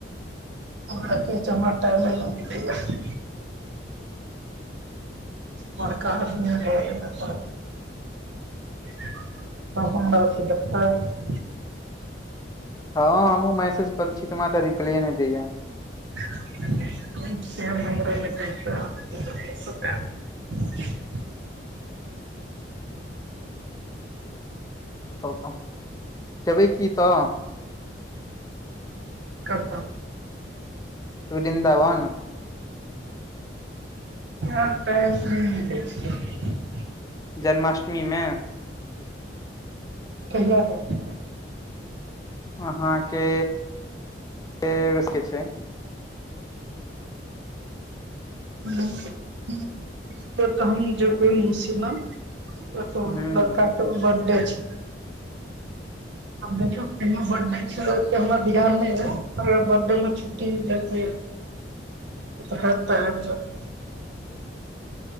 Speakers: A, on the right; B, on the left.
A: हेतै <unintelligible> हमरा टाइमे नाहि भेटैय यऽ बड़का आदमी भऽ गेला बड़ <unintelligible>
B: हँ हमहु मैसेज करू छी त हमरा तऽ रिप्लाइये नहि दैय यऽ
A: <unintelligible>
B: बताउ तऽ जेबै की तऽ
A: केतअ
B: वृन्दावन
A: आब टाइम नई मिलै छै
B: जन्माष्टमी मे
A: कहिया जैब
B: अहाँके <unintelligible> छै
A: से तऽ हम जेबै मैसी लंग ओतैअ
B: हूँ
A: बड़का कऽ बर्डे छै आब देखियौ कहिया बर्डे छियै हमरा ओते ध्यान नहि कहियो बडैयो मे छुट्टी लेत <unintelligible> आइब जाउ